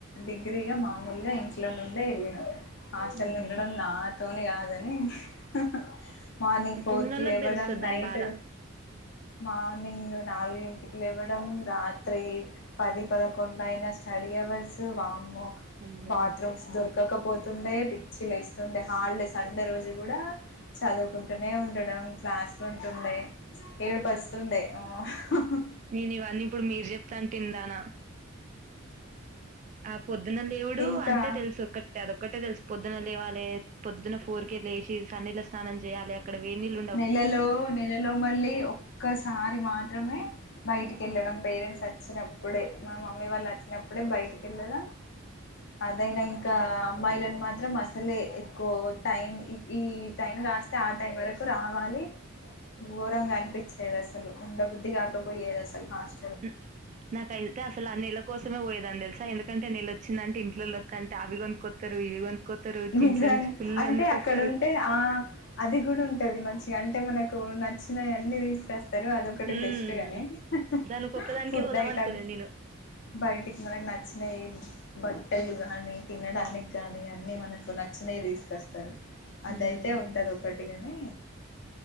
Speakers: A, on the left (about 60°); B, on the right (about 35°).
A: డిగ్రీగా మా ముందే ఇంట్లో నుండే వెళ్ళిన హాస్టల్
B: మ్మ్
A: ఉండడం నా తోనే కాదని హ హ మార్నింగ్ ఫోర్
B: ఉన్నోళ్ళకి
A: కి లేవడం
B: తెలుస్తది
A: నైట్
B: దాని బాధ
A: హమ్ మార్నింగ్ నాల్గింటికి లేవ్వడం రాత్రి పది పదకొండు అయినా స్ స్టడీ అవర్స్ వామ్మో
B: అమ్మో
A: బాత్ రూమ్స్ దొర్ కక పోతుండే పిచ్చిలేస్తుండే హాల్డే సండే రోజు కూడా చదువుకుంటూనే ఉండడం క్లాస్ కుమ్టుండే ఏడుపొస్తుండే ఆ హ హా
B: నేను ఇవన్నీ ఇప్పుడు మీరు చెప్తాంటే ఇంటాన్నా ఆ పొద్దున్న లేవుడు
A: ఇంకా
B: అంతే తెలుసు ఒక్ అదొక్కటే తెలుసు పొద్దున లేవాలే పొద్దున ఫోర్కే లేచి సన్నిళ్ళ స్నానం చేయాలే క్కడ వేడ్ నీళ్
A: నెలలో నెలలో మళ్ళీ ఒక్కసారి మాత్రమే బయటికెళ్ళడం పేరెంట్స్ అచ్చినప్పుడే మా మమ్మీ వాళ్ళు అచ్చినప్పుడే బయటికెళ్ళడం అదైనా ఇంకా అమ్మాయిలను మాత్రం అసలే ఎక్కువ టైం ఈ టైమ్ రాస్తే ఆ టైం వరకు రావాలి ఘోరంగా అనిపిచ్చేదసలు ఉండబుద్ధి కాకపోయేది అసలు హాస్
B: <inaudible> నాకైతే అసలు ఆ నెల కోసేమే పోయే దాన్ని తెలుసా ఎందుకంటే నెలొచ్చిందంటే ఇంట్లోళ్ళోత్తాంటే ఆవి కొనుక్కొత్ త్తారు ఇవి కొనుక్కొత్తరు
A: నిజం
B: ఇంట్లో నుంచి ఫుల్
A: అంటే
B: వండుకొస్తారు
A: అక్కడ ఉంటే ఆ అది కూడా ఉంటది మంచిగా అంటే మనకు నచ్చినయన్ని తీసుకస్ తరు అదొకటి
B: మ్మ్
A: బెస్ట్ గాని
B: దానికి
A: హ
B: ఒక్కదానికే
A: ఫుడ్
B: పోదాం
A: ఐటమ్
B: అనుకునేది నేను
A: బయటికి మనకు నచ్చినయి బట్టలు కానీ తినడానిక్ గాని అన్ని మనకు నచ్చినయి తీసుకొస్తారు అదయితే
B: మ్మ్
A: ఉంటది ఒకటి గని